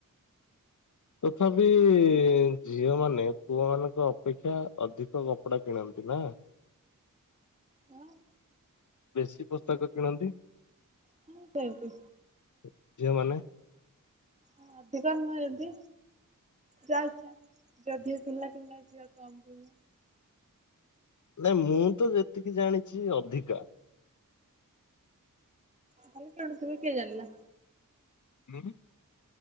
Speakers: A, on the left (about 60°); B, on the right (about 20°).
A: ତଥାପି ଝିଅ ମାନେ ପୁଅ ମାନଙ୍କ ଅପେକ୍ଷା ଅଧିକ କପଡା କିଣନ୍ତି ନା?
B: ହଁ
A: ବେଶୀ ପୋଷାକ କିଣନ୍ତି।
B: ହଁ ସେମିତି
A: ଝିଅମାନେ।
B: ହଁ ଅଧିକା ନୁହ ଏ ବି, ଯାଆ ଇଚ୍ଛା। ଯଦି ପିଲା ଫିଲା ଯିଏ ଅ <unintelligible>
A: ନାଇଁ ମୁଁ ତ ଯେତିକି ଜାଣିଚି ଅଧିକା
B: କାଲି <unintelligible> କିଏ ଜାଣିଲା?
A: ହୁଁ।